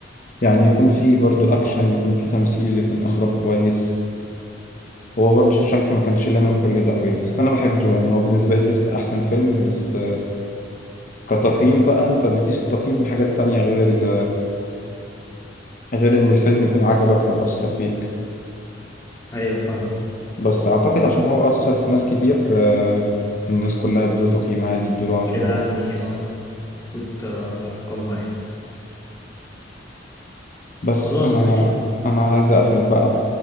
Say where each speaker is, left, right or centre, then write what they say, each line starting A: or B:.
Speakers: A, on the left (about 45°); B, on the left (about 20°).
A: يعني يكون فيه برضو أكشن يكون فيه تمثيل يكون إخراج كويس هو برضه شوشانك ما كانش لامم كل ده قوي بس انا بحبه يعني هو بالنسبه لي لسه احسن فيلم بس كتقييم بقى انت بتقيس التقييم بحاجات تانية غير ال... غير ان الفيلم يكون عجبك او اثر فيك
B: أيوه فاهمك
A: بس اعتقد عشان هو اثر في ناس كتير آه، الناس كلها ادوه تقييم عالي ادوله
B: من
A: عشرة
B: كده
A: من عشرة
B: يعني أه محطوط آه، رقم واحد
A: بس
B: خلاص
A: انا
B: ماشي
A: انا عايز اقفل بقى